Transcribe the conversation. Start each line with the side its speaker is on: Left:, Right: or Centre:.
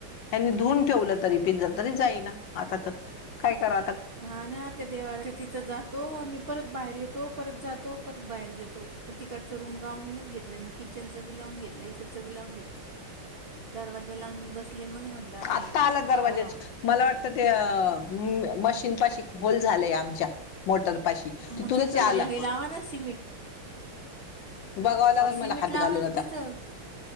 Left: यांनी धुन ठेवलं तरी पिंजरा... तरी जाईना... आता तर... काय करावं
Right: हा ना... त्या देव्हाऱ्यात... तिथं जातो... आणि परत बाहेर येतो परत जातो परत बाहेर येतो... मग तिकडचं रूम लावूनच घेतलं मी... किचनचं बी लावून घेतलं... इकडचं बी लावून घेतलं दरवाजा लावून बसले मग... म्हणलं आता
Left: आत्ता
Right: हे...
Left: आला दरवाज्याच्या
Right: आवरावं
Left: मला वाटतं त्या... म न पाशी होल झालाय आमच्या, मोटर पाशी...
Right: मग
Left: तिथूनच
Right: तिथं
Left: हा आला
Right: हे लावा ना सिमेंट
Left: बघावं लागल
Right: अहो
Left: मला,
Right: सिमेंट
Left: हात
Right: लावा
Left: घालून आता
Right: तिथं